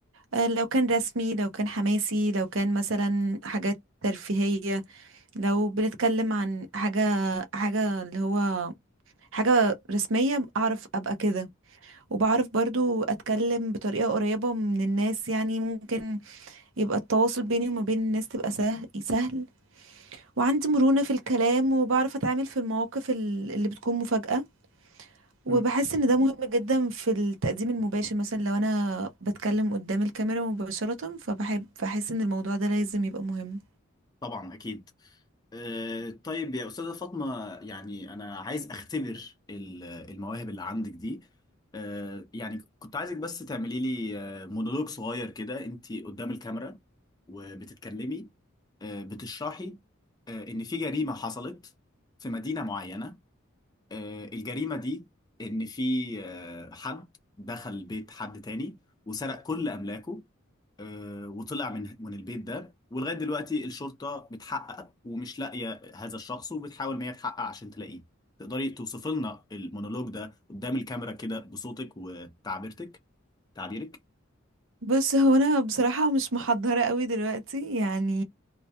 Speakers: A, on the right; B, on the left.
A: آه، لو كان رسمي لو كان حماسي لو كان مثلا حاجات ترفيهية لو بنتكلم عن حاجة حاجة اللي هو حاجة رسمية أعرف أبقى كده وبعرف برضو اتكلم بطريقة قريبة من الناس يعني ممكن يبقى التواصل بيني وما بين الناس تبقى سهل سهل وعندي مرونة في الكلام وبعرف اتعامل في المواقف ال- اللي بتكون مفاجأة وبحس
B: مم.
A: ان ده مهم جدا في التقديم المباشر مثلا لو انا بتكلم قدام الكاميرا مباشرة فبحب بحس ان الموضوع ده لازم يبقى مهم
B: طبعا اكيد آه، طيب يا أستاذة فاطمة يعني أنا عايز أختبر ال- المواهب اللي عندك دي آه، يعني كنت عايزك بس تعملي لي آه، مونولوج صغير كده أنت قدام الكاميرا وبتتكلمي آه، بتشرحي آه، إن في جريمة حصلت في مدينة معينة آه، الجريمة دي إن في آه، حد دخل بيت حد تاني وسرق كل أملاكه آه، وطلع من من البيت ده ولغاية دلوقتي الشرطة بتحقق ومش لاقية هذا الشخص وبتحاول إن هي تحقق عشان تلاقيه تقدري توصفي لنا المونولوج ده قدام الكاميرا كده بصوتك وتعبيرتك تعبيرك
A: بس هو انا بصراحة مش محضرة قوي دلوقتي يعني